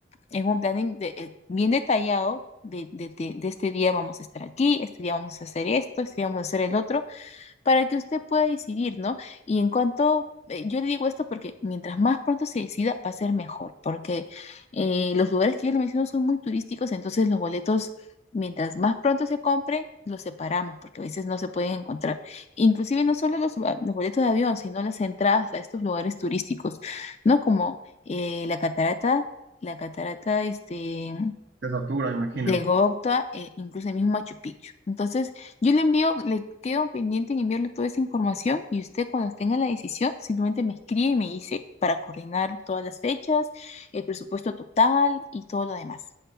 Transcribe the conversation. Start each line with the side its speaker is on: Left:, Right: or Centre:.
Left: en un planning de- eh, bien detallado de, de- de- de este día vamos a estar aquí, este día vamos a hacer esto, este día vamos a hacer el otro para que usted pueda decidir, ¿no? Y en cuanto, eh, yo le digo esto porque mientras más pronto se decida, va a ser mejor, porque eh, los lugares que yo le menciono son muy turísticos, entonces los boletos, mientras más pronto se compren, los separamos, porque a veces no se pueden encontrar. Inclusive no solo los, ah, los boletos de avión, sino las entradas a estos lugares turísticos, ¿no? Como eh, la catarata la catarata este,
Right: te satura, me imagino.
Left: de
Right: ¿no?
Left: Gocta, e incluso el mismo Machu Picchu. Entonces, yo le envío, le quedo pendiente en enviarle toda esa información y usted cuando tenga la decisión simplemente me escribe y me dice para coordinar todas las fechas, el presupuesto total y todo lo demás.